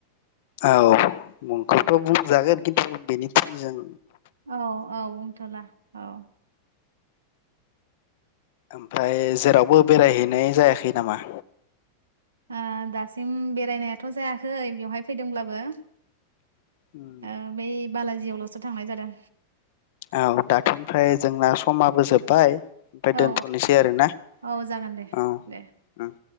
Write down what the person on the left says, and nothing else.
औ। मुंखौथ बुंजागोन खिन <unintelligible> बेनि फिनजों
आमफाय जेरावबो बेरायहैनाय जायाखै नामा?
उम
औ दाथ' ओमफ्राय जोंना समाबो जोब्बाय ओमफ्राय
दोनथ'नोसै आरोना
औ उम